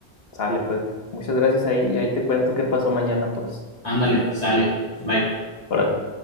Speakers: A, on the left (about 70°); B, on the left (about 40°).
A: Sale, pues. Muchas gracias ahí, ahí te cuento qué pasó mañana, pues.
B: Ándale, sale. Bye.
A: Órale.